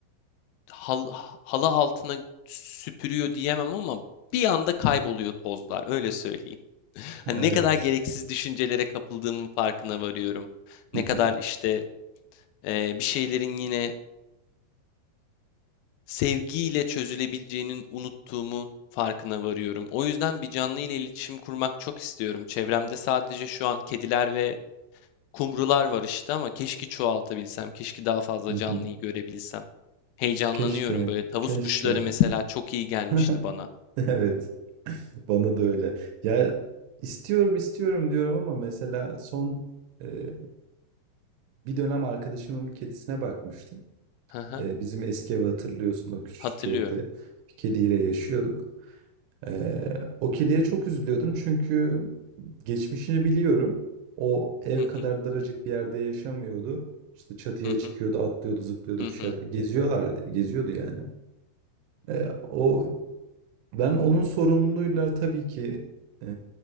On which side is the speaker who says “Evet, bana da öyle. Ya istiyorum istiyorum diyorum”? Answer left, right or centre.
Right